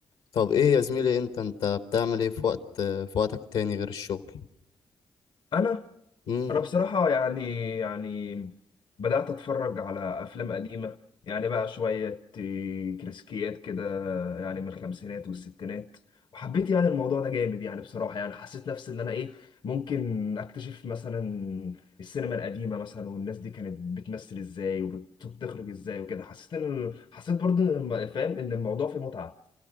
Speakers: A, on the left; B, on the left.
A: طب ايه يا زميلي انت انت بتعمل ايه في وقت في وقتك تاني غير الشغل
B: انا
A: امم
B: انا بصراحه يعني يعني بدات اتفرج على افلام قديمه يعني بقى شويه إيه، كلاسيكيات كده يعني من الخمسينات والستينات وحبيت يعني الموضوع ده جامد يعني بصراحه يعني حسيت نفسي ان انا ايه ممكن اكتشف مثلا السينما القديمه مثلا والناس دي كانت بتمثل ازاي وبتخرج ازاي وكده حسيت ان حسيت برضه إن الم- فاهم ان الموضوع فيه متعه